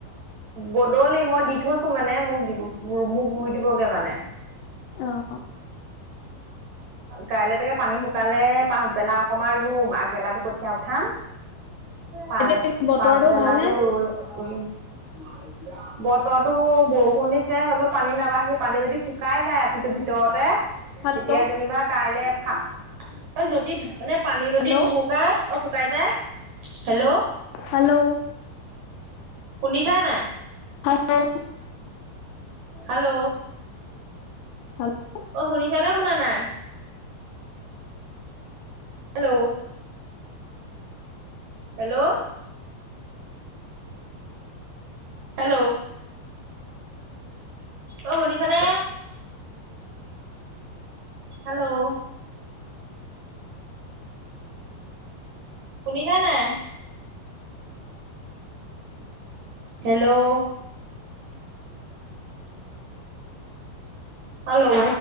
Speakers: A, on the right (about 75°); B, on the left (about 75°).
A: বদলি মই দি থৈছো মানে মোক দ মোক ৰুই দিবগে মানে।
B: আহ-
A: কাইলৈ তাকে পানী শুকালে পাছবেলা অকমান ৰুম আগবেলাতো কঠীয়া উঠাম। পাছ
B: এতিয়া বতৰটো
A: পাছবেলাটো
B: ভালনে?
A: ৰুই - বতৰটো বৰষুণ দিছে হ'লেও পানী নাবাঢ়ি পানী যদি শুকাই যায় ৰাতিটোৰ ভিতৰতে-
B: হেল্ল',
A: তেতিয়া যেনিবা কাইলে ফা যদি মানে পানী যদি
B: হেল্ল',
A: নুশুকাই অহ! শুকাই য়ায় হেল্লৌ!
B: হেল্লৌ!
A: শুনিছা নাই?
B: Hello,
A: hello!
B: হেল্লৌ!
A: অঁ শুনিছা নে শুনা নাই? হেল্লৌ! হেল্লৌ! হেল্লৌ! অঁ শুনিছানে? হেল্লৌ! শুনিছা নাই? হেল্লৌ! হেল্লৌ!